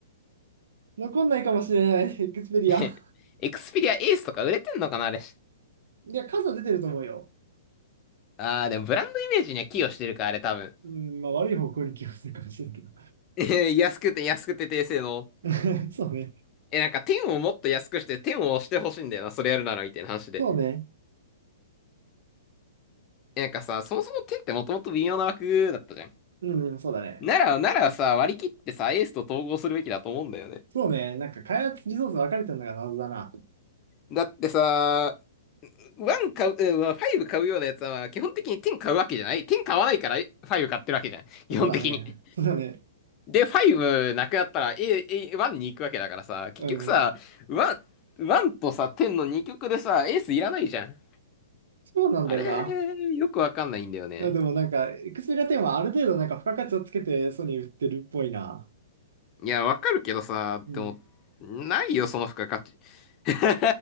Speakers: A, on the right; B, on the left.
A: 残んないかもしれない。エクスペリア。
B: <laughs> エクスペリアエースとか売れてんのかな、あれ。
A: いや、数は出てると思うよ。
B: あー、でもブランドイメージには寄与してるか、あれ多分。
A: うん、まあ悪い方向に気がするかもしれんけど。
B: <laughs> えー安くて安くて低性能。
A: <laughs> そうね。
B: え、なんか天をもっと安くして天を押してほしいんだよな、それやるならみたいな話で。
A: そうね。
B: え、なんかさ、そもそも天ってもともと微妙な枠だったじゃん。
A: うん、そうだね。
B: なら、ならさ、割り切ってさ、エースと統合するべきだと思うんだよね。
A: そうね。なんか開発リソース分かれてるのが謎だな。
B: だってさ、1買う、うんまあ5買うようなやつは、まあ基本的に10買うわけじゃない。10買わないから5買ってるわけじゃん。基本的に。
A: そうだね。そうだね。
B: で、5なくなったら A、A、1に行くわけだからさ、結局さ、
A: うん。
B: 1、ワンとさ、10の2曲でさ、エースいらないじゃん。
A: そうなんだよな。
B: あれ、よくわかんないんだよね。
A: いや、でもなんか、エクスペリア10はある程度なんか付加価値をつけてソニー売ってるっぽいな。
B: いや、わかるけどさ、
A: うん。
B: でも、ないよ、その付加価値。<laughs>